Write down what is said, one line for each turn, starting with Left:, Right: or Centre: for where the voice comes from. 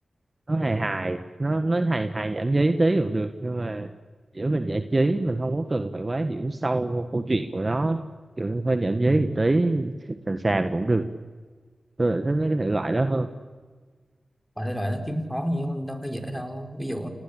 Right: nó hài hài, nó nó hài hài nhảm nhí tí cũng được nhưng mà giữa mình giải trí mình không có cần phải quá hiểu sâu vô câu chuyện của nó kiểu hơi nhảm
Centre: Ừ.
Right: nhí một tí sàm sàm cũng được tôi lại thích mấy cái thể loại đó hơn
Centre: và thể loại nó kiếm khó như mà đâu có dễ đâu ví dụ